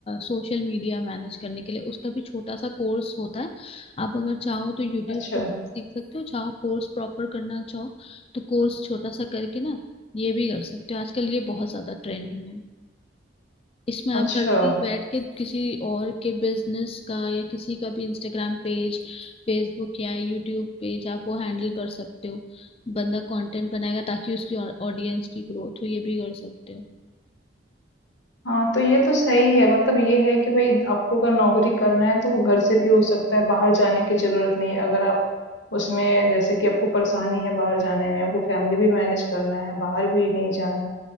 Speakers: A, on the left (about 30°); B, on the left (about 65°).
A: सोशल मीडिया मैनेज करने के लिए उसका भी छोटा सा कोर्स होता है आप अगर चाहो तो यूट्यूब
B: अच्छा
A: से सीख सकते हो चाहो कोर्स प्रॉपर करना चाहो तो कोर्स छोटा सा करके ना ये भी कर सकते हो आजकल ये बहुत ज्यादा ट्रेंड में है इसमें आप
B: अच्छा
A: घर से ही बैठ के किसी और के बिजनेस का या किसी का भी इंस्टाग्राम पेज फेसबुक या यूट्यूब पेज आप वो हैंडल कर सकते हो बंदा कंटेंट बनाएगा ताकि उसकी ऑडियंस की ग्रोथ हो ये भी कर सकते हो
B: हाँ, तो ये तो सही है मतलब ये है कि भई आपको अगर नौकरी करना है तो वो घर से भी हो सकता है, बाहर जाने की ज़रूरत नहीं है। अगर आप उसमें जैसे कि आपको परेशानी है बाहर जाने में, आपको फैमिली भी मैनेज करना है, बाहर भी नहीं जाना